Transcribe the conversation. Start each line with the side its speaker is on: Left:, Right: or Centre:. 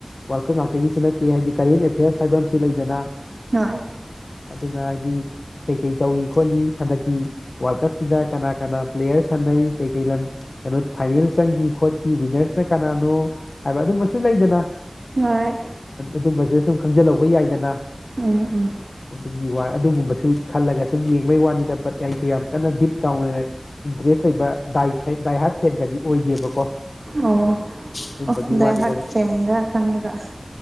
Left: ꯋꯥꯜ ꯀꯥꯞ ꯉꯥꯛꯇꯒꯤꯁꯨ ꯅꯠꯇꯦ ꯍꯥꯏꯗꯤ ꯀꯔꯦꯟ ꯑꯦꯐꯤꯌꯔꯁ ꯍꯥꯏꯕ ꯑꯃꯁꯨ ꯂꯩꯗꯅ
Right: ꯍꯣꯏ
Left: ꯑꯗꯨꯅ ꯍꯥꯏꯗꯤ ꯀꯩꯀꯩ ꯇꯧꯔꯤ ꯈꯣꯠꯂꯤ ꯍꯟꯗꯛꯀꯤ ꯋꯥꯔꯜ ꯀꯞꯁꯤꯗ ꯀꯅꯥ ꯀꯅꯥ ꯄ꯭ꯂꯦꯌꯔ ꯁꯥꯟꯅꯩ ꯀꯩ ꯀꯩ ꯂꯝ ꯀꯩꯅꯣ ꯐꯥꯏꯅꯦꯜ ꯆꯪꯈꯤ ꯈꯣꯠꯈꯤ ꯋꯤꯟꯅꯔꯁꯅ ꯀꯅꯥꯅꯣ ꯍꯥꯏꯕ ꯑꯗꯨꯝꯕꯁꯨ ꯂꯩꯗꯅ
Right: ꯍꯣꯏ
Left: ꯑꯗꯨꯝꯕꯁꯨ ꯁꯨꯝ ꯈꯪꯖꯤꯜꯍꯧꯕ ꯌꯥꯏꯗꯅ
Right: ꯎꯝ ꯎꯝ
Left: ꯑꯗꯨꯒꯤ ꯋꯥ ꯑꯗꯨꯒꯨꯝꯕꯁꯨ ꯈꯜꯂꯒ ꯁꯨꯝ ꯌꯦꯡꯕꯒꯤ ꯋꯥꯅꯤꯗ ꯕꯠ ꯑꯩꯁꯨ ꯌꯥꯝ ꯀꯟꯅ ꯗꯤꯞ ꯇꯥꯎ ꯏꯟꯇꯔꯦꯁ ꯂꯩꯕ ꯗꯥꯏ ꯍꯥꯠ ꯐꯦꯟꯒꯗꯤ ꯑꯣꯏꯗꯦꯕꯀꯣ
Right: ꯑꯣ
Left: ꯑꯗꯨꯝꯕꯒꯤ
Right: ꯗꯥꯢ
Left: ꯋꯥꯅꯤꯗ
Right: ꯍꯥꯠ ꯐꯦꯟꯒ ꯈꯟꯕꯗ